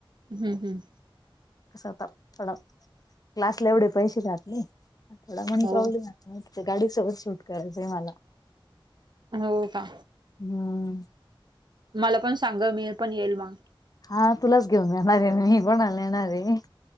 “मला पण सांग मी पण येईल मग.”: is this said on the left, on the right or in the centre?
Right